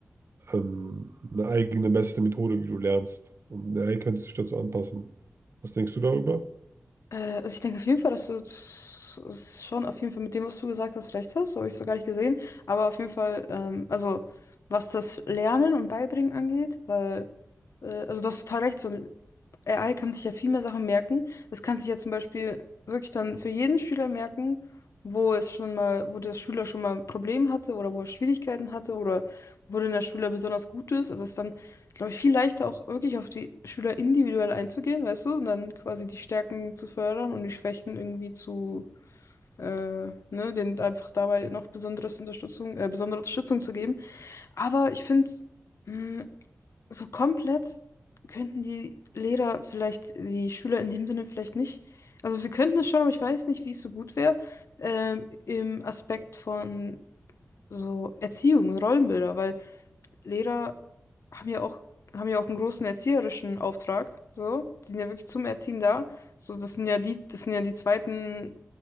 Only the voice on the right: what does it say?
ähm, eine eigene beste Methode, wie du lernst. Und eine AI könnte sich dazu anpassen. Was denkst du darüber?